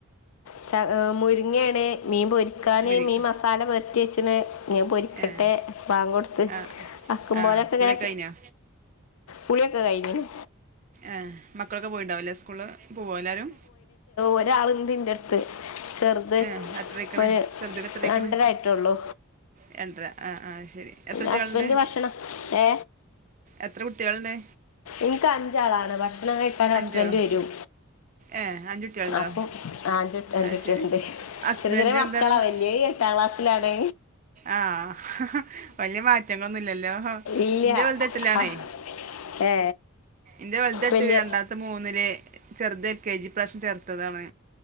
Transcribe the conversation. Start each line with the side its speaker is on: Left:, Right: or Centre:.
Left: ച്ച ഹ്‌ മുരിങ്ങെണ് മീൻപൊരി ക്കാന്
Right: മുരിങ്ങ
Left: മീൻമസാലപൊര്ട്ടിയെച്ച്ണ് ഞഹ് പൊരിക്കട്ടെ
Right: ഏഹ്
Left: ബാങ്ക്കൊട്ത്ത്
Right: ആഹ്
Left: ആക്കം
Right: ആഹ്
Left: പോലൊക്കെങ്ങനെ
Right: കുളിയൊക്കെ കഴിഞ്ഞോ
Left: കുളിയൊക്കെകഴിഞ്ഞ് ണ്
Right: ആഹ്‌ മക്കളൊക്കെ പോയിണ്ടാവൂല്ലേ സ്കൂള് പോവോല്ലാരും
Left: ഒരാളുണ്ട്ന്റെട്ത്ത് ചെറ് ത്
Right: ഏഹ് എത്രയിക്ക്ണ്
Left: ഒന്
Right: ചെറുതിന് എത്രയിക്ക്ണ്
Left: രണ്ടരായിട്ടൊള്ളു
Right: രണ്ടര ആ ആ ശരി എത്രകുട്ടിയാള്ണ്ട്
Left: ഹസ്ബൻഡ് ഭക്ഷണം ഏ
Right: എത്ര കുട്ടിയാള്ണ്ട്?
Left: ഇൻക്കഅഞ്ചാളാണ് പക്ഷേ <unintelligible> ഹസ്ബന്റ്
Right: അഞ്ചോളോ
Left: വരും
Right: ഏഹ് അഞ്ച് കുട്ടികളുണ്ടോ
Left: അപ്പോ <unintelligible> <unintelligible>
Right: അത് ശരി ഹസ്ബൻഡിന്
Left: ചെറിയചെറിയ മക്കളാ
Right: എന്താണ്
Left: വെല്ലിയേഎട്ടാംക്ലാസ്സിലാണ്
Right: ആഹ്‌ വല്ല്യയമാറ്റങ്ങളൊന്നുംല്ലല്ലോ
Left: ഇല്ല
Right: ഇന്റെ വെൽതെട്ടിലാണേ
Left: ആ, ഏ
Right: ന്റെവെൽതെട്ടില
Left: വലിയ
Right: രണ്ടാ ത്തമൂന്നില് ചെറുത് എൽ കെ ജി ഇപ്രാവശ്യംചേർത്തതാണ്